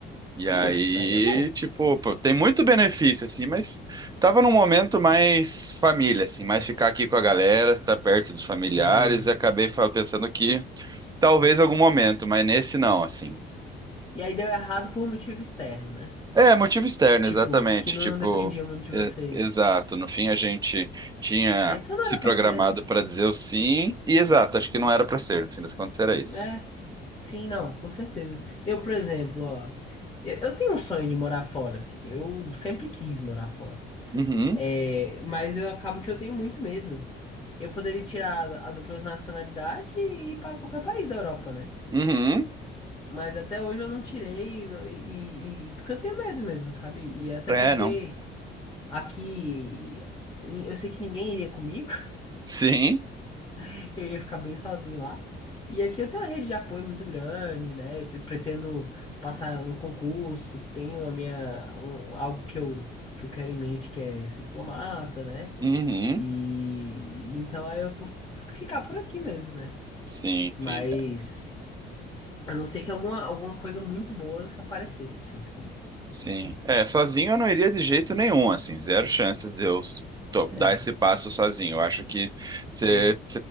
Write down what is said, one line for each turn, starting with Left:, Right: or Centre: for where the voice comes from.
Right: E aí,
Left: Putz, aí é bom.
Right: tipo, pô, tem muito benefício, assim, mas tava num momento mais família, assim, mais ficar aqui com a galera, estar perto dos familiares,
Left: Entendi.
Right: e acabei fa- pensando que talvez algum momento, mas nesse não, assim.
Left: E aí deu errado por motivo externo, né?
Right: É, motivo externo,
Left: Tipo,
Right: exatamente.
Left: que não
Right: Tipo,
Left: dependia muito de
Right: é-
Left: vocês.
Right: exato. No fim, a gente tinha
Left: Ah, então não
Right: se
Left: era
Right: programado
Left: pra ser, né?
Right: para dizer o sim, e exato, acho que não era para ser. No fim das contas, era isso.
Left: É. Sim, não, com certeza. Eu, por exemplo, ó, eu, eu tenho um sonho de morar fora, assim. Eu sempre quis morar fora.
Right: Uhum,
Left: É, mas eu acabo que eu tenho muito medo. Eu poderia tirar a dupla nacionalidade e ir para qualquer país da Europa, né?
Right: uhum.
Left: Mas até hoje eu não tirei, e, e- e- porque eu tenho medo mesmo, sabe? E até
Right: É,
Left: porque
Right: não.
Left: aqui ni- eu sei que ninguém iria comigo,
Right: Sim,
Left: <laughs> eu iria ficar bem sozinho lá. E aqui eu tenho uma rede de apoio muito grande, né? Eu te- pretendo passar no concurso, tenho a minha, um- algo que eu, que eu quero em mente, que é ser diplomata, né?
Right: uhum.
Left: E então aí eu vou ficar por aqui mesmo, né?
Right: Sim, sim,
Left: Mas
Right: é,
Left: a não ser que alguma, alguma coisa muito boa aparecesse, assim, sabe?
Right: sim. É, sozinho eu não iria de jeito nenhum, assim, zero chances de eu s- to-
Left: É,
Right: dar esse passo sozinho. Eu acho que
Left: sim,
Right: você